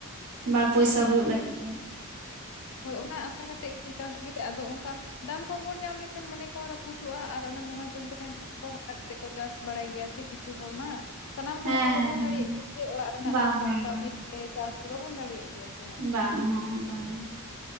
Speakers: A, on the right; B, on the left.
A: ᱵᱟᱨ ᱯᱚᱭᱥᱟ
B: ᱦᱳᱭ
A: ᱦᱩᱭᱩᱜ
B: ᱦᱳᱭ
A: ᱞᱟᱹᱜᱤᱫ ᱜᱮ
B: ᱦᱳᱭ ᱚᱱᱟ ᱟᱥᱟ ᱠᱟᱛᱮᱫ ᱜᱮ ᱵᱚᱱ ᱪᱟᱥ ᱜᱮ ᱟᱫᱚ ᱚᱝᱠᱟ ᱫᱟᱢ ᱠᱚᱵᱚᱱ ᱧᱟᱢ ᱞᱮᱠᱷᱟᱱ ᱢᱚᱱᱮ ᱠᱚᱦᱚ ᱨᱟᱹᱯᱩᱫᱚᱜᱼᱟ ᱟᱨ ᱚᱱᱮ ᱢᱚᱦᱟᱡᱚᱱ ᱠᱚᱴᱷᱮᱱ ᱫ ᱦᱟᱛᱟᱣ ᱠᱟᱛᱮ ᱠᱚ ᱪᱟᱥ ᱵᱟᱲᱟᱭ ᱜᱮᱭᱟ ᱥᱮ ᱠᱤᱪᱷᱩ ᱦᱚᱲ ᱢᱟ ᱥᱟᱱᱟᱢ
A: ᱦᱮᱸ
B: ᱦᱚᱲ ᱢᱟ
A: ᱦᱮᱸ
B: ᱵᱟᱵᱚᱱ
A: ᱦᱮᱸ
B: ᱫᱟᱲᱮᱭᱟᱜ ᱜᱮᱭᱟ ᱥᱮ ᱚᱲᱟᱜ ᱨᱮᱱᱟᱜ
A: ᱵᱟᱝ ᱵᱟᱝ
B: ᱠᱟᱹᱣᱰᱤ
A: ᱵᱟᱝ
B: ᱛᱮ ᱪᱟᱥ ᱫᱚ ᱵᱟᱵᱚᱱ ᱫᱟᱲᱮᱭᱟᱜ ᱜᱮᱭᱟ ᱥᱮ
A: ᱵᱟᱝ ᱩᱦᱩ ᱩᱦᱩ ᱵᱟᱝ ᱜᱮ